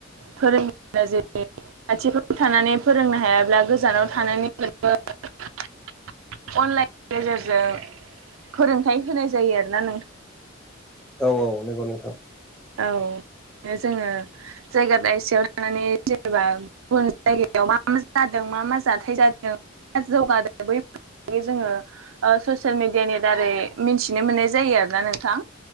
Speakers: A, on the right (about 85°); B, in the centre.
A: फोरोंगिरिया जेरै खाथिफोराव थानानै फोरोंनो हायाब्ला गोजानाव थानानै <unintelligible> अनलाइननि गेजेरजों फोरोंथायाइ होनाय जायो आरोना नोंथां।
B: औ औ नंगौ नोंथां।
A: औ जोङो जायगा दयसेयाव थानानै जेनेबा गुबुन जायगायाव मा मा जादों मा मा जाथाय जादों माया जौगादों बैफोर बियो जोङो ओ ससियेल मिडियानि दारै मिनथिनो मोननाय जायो आरोना नोंथां।